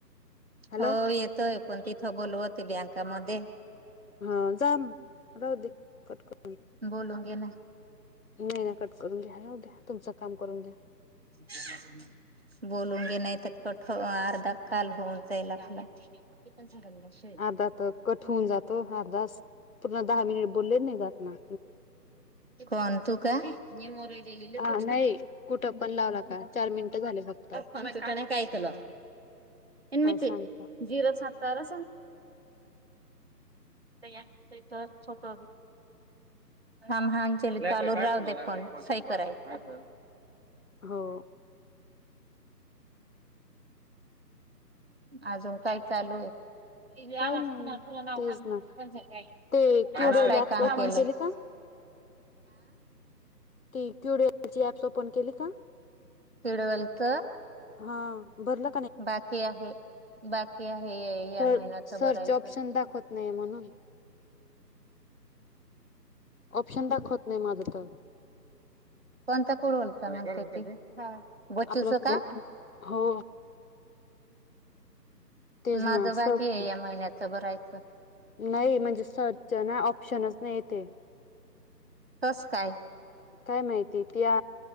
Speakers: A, on the left; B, on the right.
A: हॅलो
B: हो येतोय पण तिथं बोलवते बँंका मध्ये
A: हा जाम राह दे कटकट
B: बोलून घे ना
A: नाही ना कट करून घ्या जा द्या तुमचं काम करून द्या
B: हा बोलून घे नाही तर पठ अर्धा काल होऊन जाईल आपला. किपनिंग गंगेश
A: अर्धा तर कट होऊन जातो अर्धास पूर्ण दहा मिनिट बोलले नाही जात ना.
B: कोण तू का न मोरले
A: हा
B: तुठ
A: नाही कुठं पण लावला का चार मिनिटं झाले फक्त
B: पचना कायतला
A: काय
B: एम
A: सांगता
B: जिरो सातार या तर सत खाम हानचे चालूर राव दे पण सई करायच
A: हो
B: अजून काय चालू आहे? इे
A: काही
B: आमलासं
A: नाही
B: खा पो नाव
A: तेच
B: ख
A: ना
B: पनजं का
A: ते क्युडल
B: आज काय
A: ऍप
B: काम
A: ओपन
B: के
A: केली का ती क्यूरलची ऍप्स ओपन केली का
B: किडवेलत
A: हा बरल
B: बाकी आहे बाकी आहे या
A: तर
B: महिन्याच
A: सर्च
B: भरायचं
A: ऑप्शन दाखवत नाही म्हणून ऑप्शन दाखवत नाही माझं तर.
B: पण तर कोण बोलतग बचच
A: आपलं खूप
B: का.
A: हो तेच
B: माझं
A: ना
B: बाकी
A: सर्च
B: आहे या महिन्याच भरायचं
A: नाही म्हणजे सर्च ना ऑप्शनच नाही ते
B: तस काय
A: काय माहिती त्या